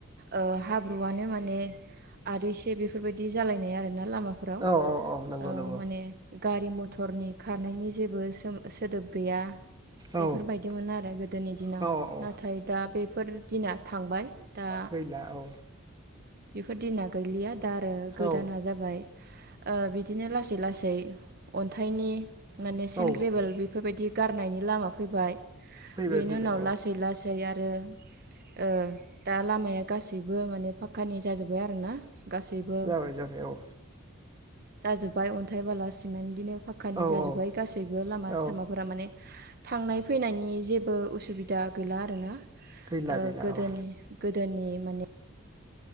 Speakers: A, on the right (about 45°); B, on the right (about 20°).
A: ओ हाब्रुआनो माने आरो एसे बेफोरबाय दि जालायनाय आरो। ना लामाफोराव
B: औ औ नंगौ
A: ओ
B: नंगौ
A: माने गारि मथरनि खारनायनि जेबो सोम सोदोब गैया बेफोरबायदिमोन
B: औ
A: आरो गोदोनि दिनाव
B: औ औ
A: नाथाय दा बेफोर दिना थांबाय। दा
B: गैला औ
A: फोर दिना गैलिया दा आरो गोदाना
B: औ
A: जाबाय ओ बिदिनो लासै लासै अन्थाइनि माने सेन्ट
B: औ
A: ग्रेबोेल बेफोरबायदि गारनायनि लामा फैबाय।
B: फैबाय
A: बेनि
B: फैबाय
A: उनाव
B: औ
A: लासै लासै आ रो ओ दा लामाया गासैबो माने फाक्कानि जाजोब्बाय आरोना गासैबो
B: बाय जाबाय औ
A: जाजोब्बाय अन्थाइ बाला सिमेन्ट बिदिनो फाक्कानि
B: औ
A: जाजोब्बाय
B: औ
A: गासैबो लामा
B: औ
A: सामाफोरा माने थांनाय फैनायनि जेबो उसुबिदा गैला आरोना।
B: गैला
A: ओ
B: गैला
A: गोदोनि
B: औ
A: गोदोनि माने